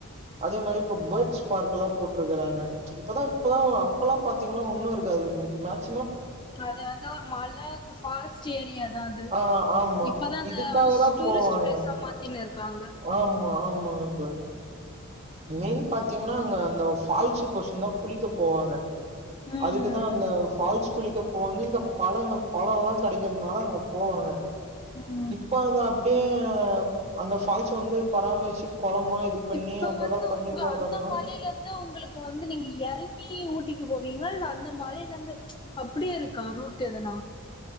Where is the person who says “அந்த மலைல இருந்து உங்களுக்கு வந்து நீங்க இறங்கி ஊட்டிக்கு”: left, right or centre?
Left